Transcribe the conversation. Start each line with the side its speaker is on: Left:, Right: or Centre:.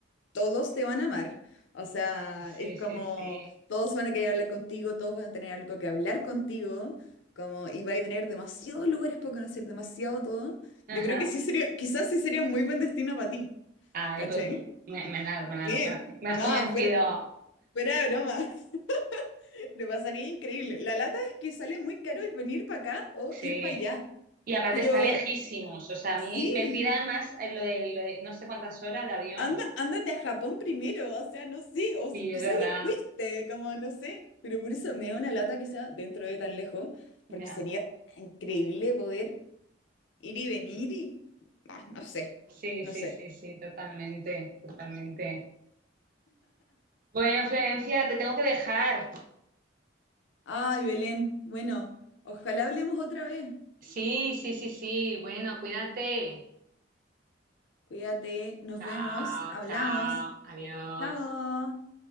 Left: todos te van a amar. O sea,
Right: sí,
Left: es como
Right: sí, sí.
Left: todos van a querer hablar contigo, todos van a tener algo que hablar contigo, como y vais a tener demasiados lugares para conocer, demasiado todo.
Right: Ajá.
Left: Yo creo que sí sería, quizás sí sería un muy buen destino para ti,
Right: Ay,
Left: ¿cachai?
Right: pues me, me has, me has-
Left: Sí,
Right: me las- me
Left: nada,
Right: has convencido,
Left: fuera, fuera de broma. <laughs> Le pasaría increíble. La lata es que sale muy caro venir para acá o
Right: sí.
Left: ir para allá.
Right: Y aparte
Left: Pero
Right: está lejísimos, o sea, a
Left: sí,
Right: mí me tira más lo de, lo de no sé cuántas horas de avión.
Left: Anda, ándate a Japón primero, o sea, no sé,
Right: Sí,
Left: o s- quizás
Right: es verdad.
Left: ya fuiste, como no sé, pero por eso me da una lata que sea dentro de tan lejos, porque
Right: Ya.
Left: sería increíble poder ir y venir y ah, no sé,
Right: Sí,
Left: no
Right: sí,
Left: sé.
Right: sí, sí, totalmente, totalmente. Bueno, Florencia, te tengo que dejar.
Left: Ay, Belén, bueno, ojalá hablemos otra vez.
Right: Sí, sí, sí, sí. Bueno, cuídate.
Left: Cuídate, nos
Right: Chao,
Left: vemos, hablamos.
Right: chao, adiós.
Left: Chao.